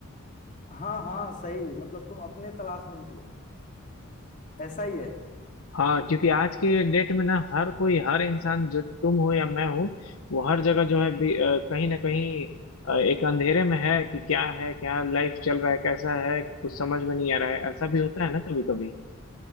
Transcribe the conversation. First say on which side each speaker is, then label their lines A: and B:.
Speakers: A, on the left; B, on the left.
A: हाँ हाँ सही मतलब तुम अपने तलाश में निकलो ऐसा ही है
B: हाँ क्योंकि आज के डेट में ना हर कोई हर इंसान जो तुम हो या मैं हूँ वो हर जगह जो है भी, अ, कहीं ना कहीं अ, एक अंधेरे में है कि क्या है क्या लाइफ चल रहा है कैसा है कुछ समझ में नहीं आ रहा है ऐसा भी होता है ना कभी कभी